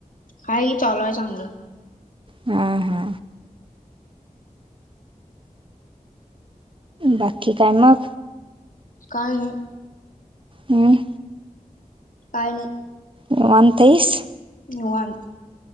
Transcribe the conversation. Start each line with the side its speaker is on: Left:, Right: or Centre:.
Left: हाय की चालूय चांगलं.
Right: हा हा. बाकी काय मग?
Left: काय नई.
Right: हम्म?
Left: काय नई.
Right: निवांत हाईस?
Left: निवांत.